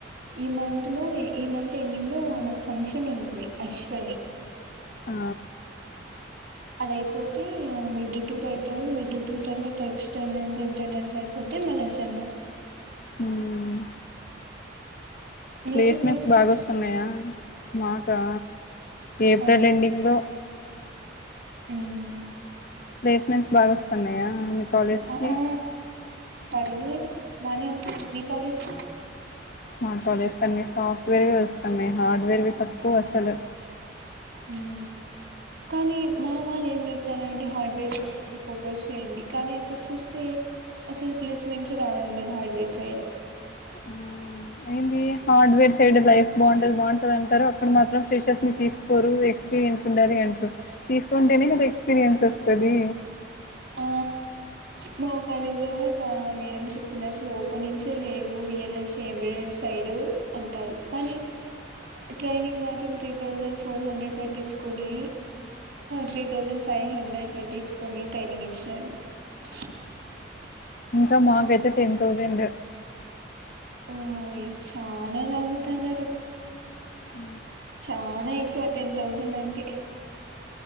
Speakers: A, on the right; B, on the left.
A: ఈ మంత్ లో ఈ మంత్ ఎండింగ్ లో నాకు ఫంక్షన్ ఉంది అశ్వని
B: ఆ
A: అదే ఇపు తే ఆ మిడ్ టూ పెడతారు మిడ్ టూ తర్వాత ఎక్స్టెర్నల్స్ ఇంటర్నల్స్ అయిపోతే మళ్ళ సెమ్మ్
B: మ్
A: మీకెప్పుడు
B: ప్లేస్మెంట్స్ బాగాొస్తున్నాయా మాకా ఏప్రిల్
A: ఆ
B: ఎండింగ్ లో
A: మ్మ్
B: ప్లేస్మెంట్స్ బాగా వస్తున్నాయా మీ కాలేజ్కి
A: ఆ ఆ పర్లేదు బానే వస్తున్నాయి మీ కాలేజికి
B: మాట్లాడేస్తన్నా సాఫ్ట్వేర్వి వస్తున్నాయి హార్డ్వేర్వి తక్కువ అసలు
A: హు కానీ మా వాళ్ళు ఏం చెప్తానంటే హార్డ్వేర్ సైడ్ ఎక్కువ ఫోకస్ చేయండి కానీ అక్కడ చూస్తే అసలు ప్లేస్మెంట్స్ ఏ రావడం లేదు హార్డ్వేర్ సైడ్
B: ఉమ్ అయింది హార్డ్వేర్ సైడ్ లైఫ్ బాగుంట బాగుంటది అంటారు. అక్కడ మాత్రం ఫ్రెషర్స్ ని తీసుకోరు ఎక్స్పీరియన్స్ ఉండాలి అంటారు. తీసుకుంటేనే కదా ఎక్స్పీరియన్స్ వస్తది.
A: ఆ మా కాలేజ్ లో కూడా ఒక మేడం చెప్పంది అసలు ఓపెనింగ్సే లేవు విఎల్ఎస్ ఎంబ్రాయిడ్ సైడ్ అంటారు. కానీ ట్రైనింగ్ మాత్రం త్రీ థౌజండ్ ఫోర్ హండ్రెడ్ కట్టించుకొని త్రీ థౌసండ్ ఫైవ్ హండ్రెడ్ కట్టించుకొని అ <unintelligible>
B: ఇంకా మాకైతే టెన్ థౌజండ్
A: ఓ చానా లాగుతున్నారు.
B: ఉ
A: చానా ఎక్కువ టెన్ థౌజండ్ అంటే